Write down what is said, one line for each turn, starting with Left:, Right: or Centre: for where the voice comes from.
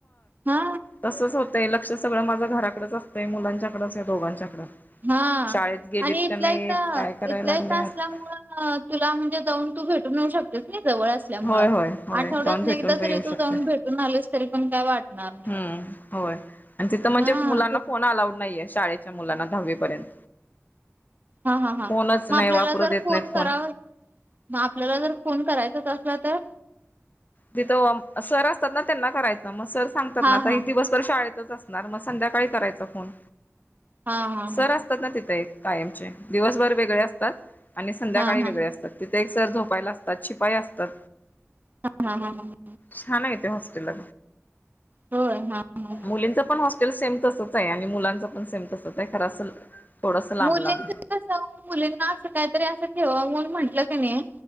Right: हा,
Left: तसंच होतंय लक्ष सगळं माझं घराकडंच असतंय मुलांच्याकडंच या दोघांच्याकडं-
Right: हा
Left: शाळेत गेलीत
Right: आणि इथलंही
Left: का नाहीत
Right: तर
Left: काय करायला
Right: इथलंही
Left: लागल्यात
Right: तर असल्यामुळं, तुला म्हणजे जाऊन तू भेटून येऊ शकतेस जवळ, ल्या
Left: होय होय होय
Right: आठवड्यात
Left: जाऊन भेटून
Right: एकदा
Left: पण
Right: जरी
Left: येऊ शकते
Right: तू जाऊन भेटून आलेस तरी पण काय वाटणार नाही.
Left: हम्म होय आणि तिथं म्हणजे
Right: हा
Left: मुलांना
Right: ते
Left: फोन अलाउड नाहीये शाळेच्या मुलांना दहावीपर्यंत.
Right: हा हा हा
Left: फोनच नाही
Right: मग आपल्याला
Left: वापरू
Right: जर
Left: देत
Right: फोन
Left: नाहीत
Right: कराव. मग आपल्याला जर फोन करायचाच असला तर
Left: तिथं सर असतात ना त्यांना करायचं मग सर सांगतात
Right: हा
Left: ना आता
Right: हा
Left: ह- सर शाळेतच असणार मग संध्याकाळी करायचा फोन
Right: हा हा
Left: सर असतात ना तिथे एक- कायमचे दिवसभर वेगळे असतात आणि संध्याकाळी
Right: हा हा
Left: वेगळे असतात. तर तिथे एक सर झोपायला असतात शिपाई असतात.
Right: हां हां हां हां
Left: छान आहे ते हॉस्टेलला
Right: होय हा हा हा
Left: मुलींच पण हॉस्टे- सेम तसच आहे आणि मुलांच पण सेम तसच आहे खर अस- थोडस लांब
Right: मुलींच
Left: लांब
Right: कस मुलींना असं काहीतरी असं ठेवा म्हणून म्हंटलं क नाही.